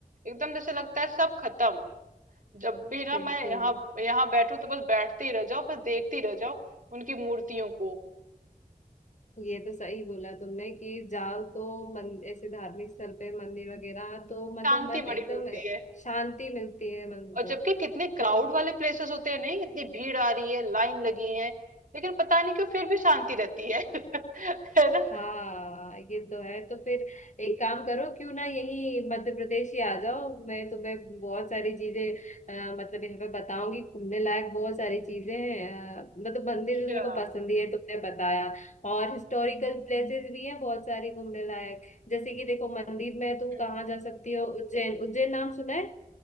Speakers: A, on the right (about 60°); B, on the left (about 55°).
A: एकदम जैसे लगता है सब खत्म जब भी ना
B: बिल्कुल
A: मैं यहाँ यहाँ बैठू तो बस बैठती ही रह जाओ बस देखती रह जाओ उनकी मूर्तियों को
B: ये तो सही बोला तुमने कि जाओ तो मन ऐसे धार्मिक स्थल पे मंदिर वगैरह तो मतलब
A: शांति
B: मन
A: बड़ी
B: एकदम
A: मिलती है
B: शांति मिलती है मन
A: और
B: को
A: जबकि कितने
B: तो
A: क्राउड वाले प्लेसेस होते हैं नहीं इतनी भीड़ आ रही है लाइन लगी है लेकिन पता नहीं क्यों फिर भी शांति रहती है <laughs> है ना
B: हाँ ये तो है तो फिर एक काम करो क्यों ना यही मध्य प्रदेश ही आ जाओ मैं तुम्हें बहुत सारी चीजें अ, मतलब यहाँ पे बताऊंगी घूमने लायक बहुत सारी चीजें हैं अ, मतलब मंदिर
A: अच्छा
B: तो तुमको पसंद ही है तुमने बताया और हिस्टोरिकल प्लेसेस भी हैं बहुत सारी घूमने लायक जैसे कि देखो मंदिर में तुम
A: हम्म।
B: कहाँ जा सकती हो उज्जैन उज्जैन नाम सुना है